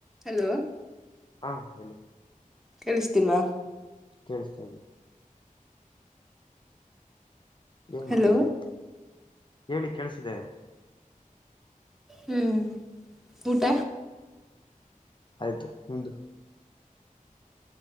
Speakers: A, in the centre; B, on the left.
A: Hello
B: ಹಾ ಹೇಳಿ
A: ಕೇಳಸ್ತಿಲ್ವಾ
B: ಕೇಳಿಸ್ತಾ ಇದೆ ಏನ್
A: ಹಲೋ
B: ಮಾಡ್ತಿದ್ರಿ ಹೇಳಿ ಕೆಳ್ಸ್ತಿದೆ
A: ಹ್ಮ್ ಊಟ
B: ಆಯ್ತು ನಿಮ್ದು.